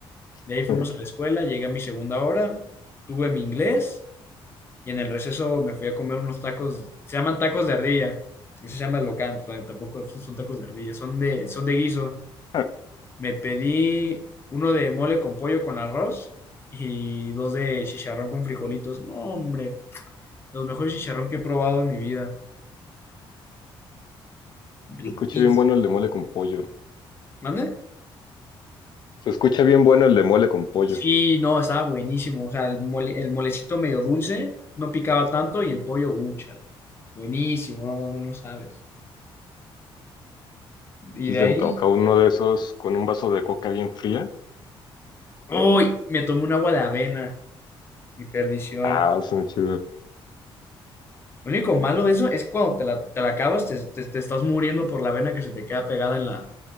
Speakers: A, on the left; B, on the left.
A: <laughs>
B: de ahí fuimos a la escuela, llegué a mi segunda hora, tuve mi inglés. Y en el receso me fui a comer unos tacos, se llaman tacos de ardilla, así se llama el local, t- tampoco son son tacos de ardilla, son de, son de guiso.
A: Se
B: Me pedí uno de mole con pollo con arroz y dos de chicharrón con frijolitos. No, hombre, los mejores chicharrón que he probado en mi vida. Riquísimo.
A: escucha bien bueno el de mole con pollo.
B: ¿Mande?
A: Se escucha bien bueno el de mole con pollo.
B: Sí, no, estaba buenísimo. O sea, el mole, el molecito medio dulce, no picaba tanto y el pollo, úchala. Buenísimo, no, no, no no sabes. Y
A: Si
B: de
A: se
B: ahí,
A: antoja uno de esos con un vaso de coca bien fría.
B: ¡uy! Me tomé un agua de avena. Mi perdición.
A: Ah, suena chido.
B: Lo único malo de eso es cuando te la, te la acabas, te, te- te estás muriendo por la vena que se te queda pegada en la,